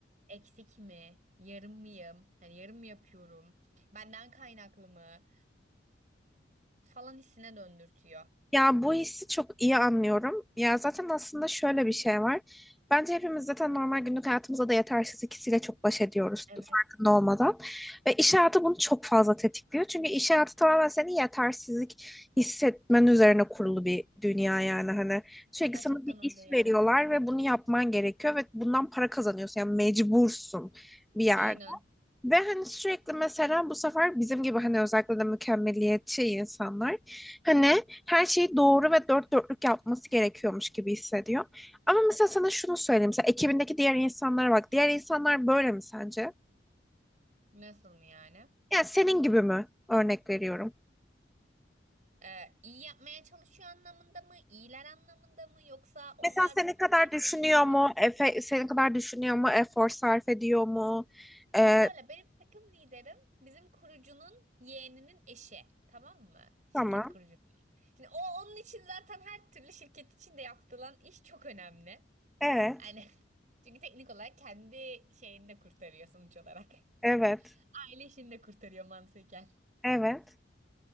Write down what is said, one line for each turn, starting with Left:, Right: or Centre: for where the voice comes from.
Right: Eksik mi? Yarım mıyım? Hani yarım mı yapıyorum? Benden kaynaklı mı? Falan hissine döndürtüyor.
Centre: Ya bu hissi çok iyi anlıyorum. Ya zaten aslında şöyle bir şey var. Bence hepimiz zaten normal günlük hayatımızda da yetersiz ikisiyle çok baş ediyoruz
Right: Evet.
Centre: farkında olmadan. Ve iş hayatı bunu çok fazla tetikliyor. Çünkü iş hayatı tamamen seni yetersizlik hissetmen üzerine kurulu bir dünya yani. Hani sürekli
Right: Gerçekten
Centre: sana bir iş
Right: öyle ya.
Centre: veriyorlar ve bunu yapman gerekiyor ve bundan para kazanıyorsun. Yani mecbursun bir yerde.
Right: Aynen.
Centre: Ve hani sürekli mesela bu sefer bizim gibi hani özellikle de mükemmeliyetçi insanlar hani her şeyi doğru ve dört dörtlük yapması gerekiyormuş gibi hissediyor. Ama mesela sana şunu söyleyeyim. Mesela ekibindeki diğer insanlara bak. Diğer insanlar böyle mi sence?
Right: Nasıl mı yani?
Centre: Yani senin gibi mi? Örnek veriyorum.
Right: Ee, iyi yapmaya çalışıyor anlamında mı? İyiler anlamında mı? Yoksa onlar
Centre: Mesela senin
Right: da
Centre: kadar
Right: tam her şeyi
Centre: düşünüyor
Right: bilmiyorlar
Centre: mu?
Right: gibi mi?
Centre: Efe, senin kadar düşünüyor mu? Efor sarf ediyor mu? Ee,
Right: Şimdi şöyle benim takım liderim bizim kurucunun yeğeninin eşi. Tamam mı? Şirket
Centre: tamam.
Right: kurucusu. Şimdi o onun için zaten her türlü şirket içinde yapılan iş çok önemli.
Centre: Evet.
Right: Aynen. <laughs> Çünkü teknik olarak kendi şeyini de kurtarıyor sonuç olarak.
Centre: Evet.
Right: <laughs> Aile işini de kurtarıyor mantıken.
Centre: Evet.